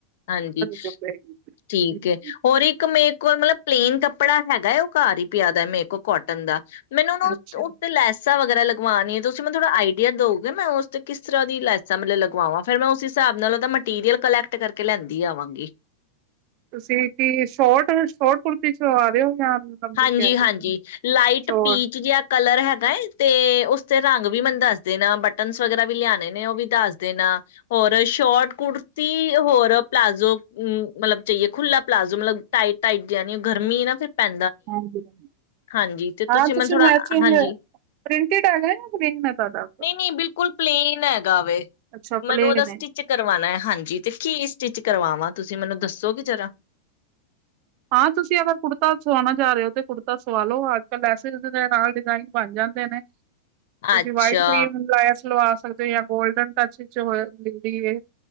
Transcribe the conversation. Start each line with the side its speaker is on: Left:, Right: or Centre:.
Left: ਹਾਂਜੀ,
Right: ਚੁੱਭੇਗੀ।
Left: ਠੀਕ
Right: ਹਮ,
Left: ਹੈ। ਹੋਰ ਇੱਕ ਮੇ ਕੋਈ ਮਤਲਬ ਪਲੇਨ ਕੱਪੜਾ ਹੈਗਾਏ, ਉਹ ਘਰ ਹੀ ਪਿਆ ਦਾ ਮੇਰੇ ਕੋਲ ਕੋਟਨ ਦਾ ਮੈਨੂੰ ਉਹ
Right: ਅੱਛਾ
Left: ਉਤੇ ਲੈਸਾ ਵਗੈਰਾ ਲ ਲਗਵਾਨੀ ਹੈ। ਤੁਸੀਂ ਮੈਨੂੰ ਥੋੜਾ ਆਈਡੀਆ ਦਓਗੇ, ਮੈਂ ਉਸ ਤੇ ਕਿਸ ਤਰ੍ਹਾਂ ਦੀ ਲੈਸਾਂ ਮਤਲਬ ਲਗਵਾ ਫਿਰ ਮੈਂ ਉਸ ਹਿਸਾਬ ਨਾਲ ਉਹਦਾ ਮਟੀਰੀਅਲ ਕਲੈਕਟ ਕਰਕੇ ਲੈਂਦੀ ਆਵਾਂਗੀ
Right: ਤੁਸੀਂ ਕੀ ਸ਼ੋਰਟ ਸ਼ੋਰਟ ਕੁੁਰਤੀ ਸੋ ਆ ਰਹੇ ਹੋ ਜਾਂ ਲੰਬੀ
Left: ਹਾਂਜੀ
Right: ਕਹਿ ਰਹੇ
Left: ਹਾਂਜੀ
Right: ਸੀ।
Left: ਲਾਈਟ
Right: ਸ਼ੋਰਟ
Left: ਪੀਚ ਜਿਹਾ ਕਲਰ ਹੈਗਾ ਹੈ। ਤੇ ਉਸਤੇ ਰੰਗ ਵੀ ਮੈਨੂੰ ਦੱਸ ਦੇ ਨਾ ਬਟਨ ਵਗੈਰਾ ਵੀ ਲਿਆਣੇ ਨੇ ਉਹ ਵੀ ਦੱਸ ਦੇਣਾ ਹੋਰ ਸ਼ੋਟ ਕੁੜਤੀ ਹੋਰ ਪਲਾਜੋ ਮਤਲਬ ਚਾਹੀਏ ਖੁੱਲਾ ਪਲਾਜੋ ਮਤਲਬ ਟਾਈਟ ਟਾਈਟ ਜਣੀ ਗਰਮੀ ਨਾ ਫਿਰ ਪੈਂ
Right: ਹਾਂਜੀ ਹਾਂਜੀ।
Left: ਹਾਂਜੀ, ਤੇ
Right: ਹਾਂ
Left: ਤੁਸੀਂ ਮੈਨੂੰ ਥੋੜਾ
Right: ਮੈਚਿੰਗ
Left: ਹਾਂਜੀ
Right: ਪ੍ਰਿੰਟਡ ਹੈਗਾ ਜਾਂ ਪਲੇਨ ਹੈ ਤੁਹਾਡਾ
Left: ਨਹੀਂ, ਨਹੀਂ ਬਿਲਕੁਲ ਪਲੇਨ ਹੈਗਾ
Right: ਅੱਛਾ
Left: ਮੈਨੂੰ
Right: ਪਲੇਨ
Left: ਉਹਦਾ ਸਟਿਚ
Right: ਹੈ।
Left: ਕਰਵਾਉਣਾ ਹਾਂਜੀ ਤੇ ਕੀ ਸਟਿਚ ਕਰਵਾਵਾਂ ਤੁਸੀਂ ਮੈਨੂੰ ਦੱਸੋਗੇ ਜ਼ਰਾ
Right: ਹਾਂ। ਤੁਸੀਂ ਅਗਰ ਕੁੜਤਾ ਸਆਉਣਾ ਚਾਹ ਰਹੇ ਹੋ ਤਾਂ ਕੁੜਤਾ ਸਵਾ ਲਓ ਅੱਜ ਕੱਲ੍ਹ ਐਸੇੇ ਦੇ ਨਾਲ ਡਿਜ਼ਾਇਨ ਬਣ ਜਾਂਦੇ ਨੇ ਤੁਸੀਂ
Left: ਅੱਛਾ
Right: ਵਾਈਟ ਕਰੀਮ ਲਾਇਆ ਸੀ ਲੋ ਆ ਸਕਦੇ ਜਾਂ ਗੋਲਡਨ ਟੱਚ ਵਿੱਚ ਹੋ ਮਿਲਦੀ ਹੈ